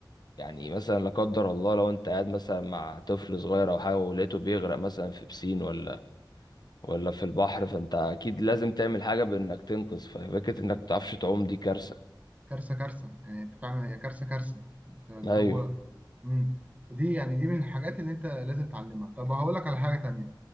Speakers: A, on the left (about 60°); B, on the right (about 20°).
A: يعني مثلا لا قدر الله لو انت قاعد مثلا مع طفل صغير او حاجة ولقيته بيغرق مثلا في بسين ولا ولا في البحر فانت اكيد لازم تعمل حاجه بانك تنقذ ففكره انك متعرفش تعوم دي كارثه
B: كارثة كارثة يعني انت فعلا هي كارثة كارثة انت اللي
A: ايوه
B: هو امم دي يعني دي من الحاجات اللي انت لازم تعلمها طب هقول لك على حاجة تانية